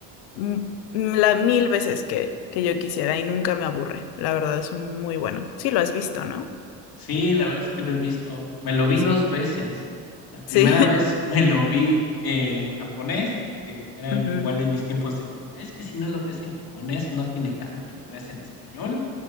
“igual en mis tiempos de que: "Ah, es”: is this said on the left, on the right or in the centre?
Left